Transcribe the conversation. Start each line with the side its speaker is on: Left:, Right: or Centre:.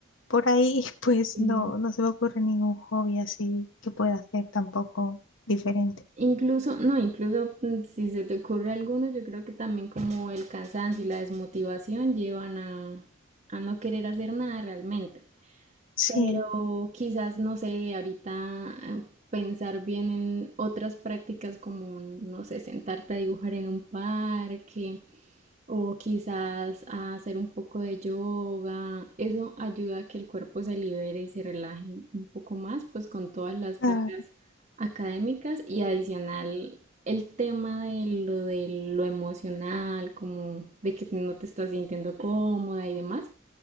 Left: por ahí, <laughs> pues
Right: sí,
Left: no, no se me ocurre ningún hobby así que pueda hacer tampoco diferente.
Right: Incluso, no, incluso mm, si se te ocurre alguno, yo creo que también como el cansancio y la desmotivación llevan a, a no querer hacer nada realmente.
Left: Sí,
Right: pero quizás, no sé, ahorita eh, pensar bien en otras prácticas como, no sé, sentarte a dibujar en un parque o quizás a hacer un poco de yoga. Eso ayuda a que el cuerpo se libere y se relaje un poco más, pues con todas las
Left: claro,
Right: cargas académicas y adicional el tema de lo de lo emocional, como de que no te estás sintiendo cómoda y demás